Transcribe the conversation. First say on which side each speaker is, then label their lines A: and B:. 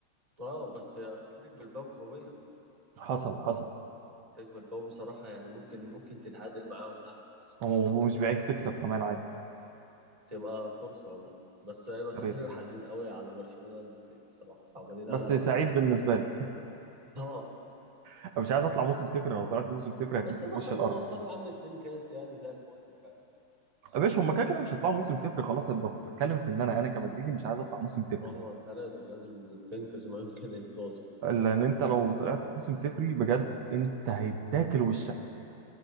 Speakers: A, on the right; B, on the right.
A: اه بس اتلتيك بلباو قويه
B: حصل حصل
A: اتلتيك بلباو بصراحه يعني ممكن ممكن تتعادل معاهم ها
B: ومش بعيد تكسب كمان عادي
A: تبقى فرصه والله بس هيبقى سيناريو
B: يا ريت
A: حزين قوي على برشلونه وانز فليك بصراحه صعبانين
B: بس
A: عليها لو
B: سعيد
A: حصل
B: بالنسبه لي
A: اه
B: أنا مش عايز اطلع موسم صفر لو طلعت موسم صفر هيتمسح
A: بس يبقى
B: في وش
A: خدوا
B: الارض
A: خدوا يا عم اتنين كاس يعني زي الفل فاهم
B: يا باشا هم كده كده مش هيطلعوا موسم صفر خلاص أنا بتكلم في ان انا انا كمدريدي مش عايز اطلع موسم صفر
A: هو انت لازم لازم تنقذ ما يمكن انقاذه
B: لان انت لو طلعت في موسم صفري بجد انت هيتاكل وشك